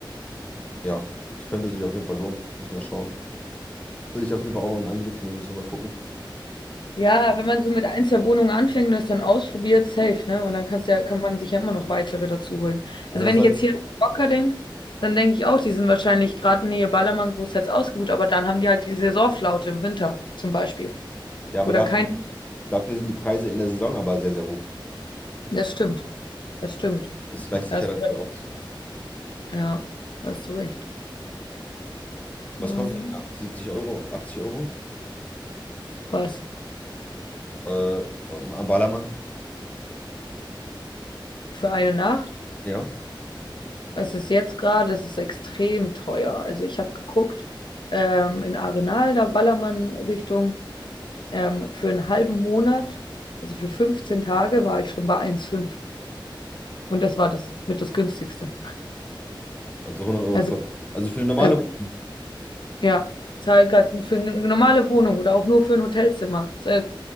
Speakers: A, on the left; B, on the left.
A: ja, das könnte sich auf jeden Fall lohnen. Müssen wir mal schauen. Will ich auf jeden Fall auch mal in Angriff nehmen, müssen wir mal gucken.
B: Ja, wenn man so mit ein, zwei Wohnungen anfängt und das dann ausprobiert, safe, ne? Und dann kannst du ja, kann man sich ja immer noch weitere dazu holen.
A: Aber
B: Also
A: das
B: wenn
A: ist
B: ich
A: halt
B: jetzt hier an Mallorca denke, dann denke ich auch, die sind wahrscheinlich gerade Nähe Ballermann großteils ausgebucht, aber dann haben die halt die Saisonflaute im Winter zum Beispiel,
A: Ja, aber
B: wo dann
A: dafür
B: kein
A: sind, dafür sind die Preise in der Saison aber sehr, sehr hoch.
B: Das stimmt, das stimmt.
A: Das gleicht sich
B: Da Hast
A: ja dann
B: du recht.
A: wieder aus.
B: Ja, da hast du recht.
A: Was
B: Oh,
A: kostet denn nach 70 Euro, 80 Euro
B: Was?
A: äh, am Ballermann?
B: Für eine Nacht?
A: Ja,
B: Es ist jetzt gerade, es ist extrem teuer. Also ich habe geguckt, ähm, in Arenal, da Ballermann Richtung, ähm, für einen halben Monat, also für 15 Tage, war ich schon bei eins Komma fünf Und das war das mit das günstigste.
A: also 100 Euro
B: Also,
A: pro Tag. Also für eine normale
B: also
A: Wohnung,
B: ja, ich zahle gerade für eine normale Wohnung oder auch nur für ein Hotelzimmer. Äh,